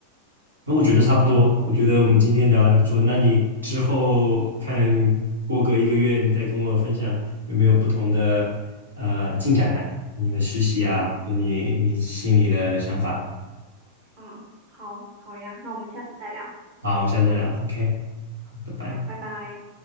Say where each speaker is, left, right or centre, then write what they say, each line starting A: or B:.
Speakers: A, on the right (about 80°); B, on the right (about 40°).
A: 那我觉得差不多，我觉得我们今天聊的还不错。那你之后看过个一个月，你再跟我分享有没有不同的呃进展，你的实习啊，
B: 嗯。
A: 跟你你心里的想法。
B: 啊，好，好呀，那我们下次再聊。
A: 好，我们下次再聊，OK，好拜拜。
B: 好，拜拜。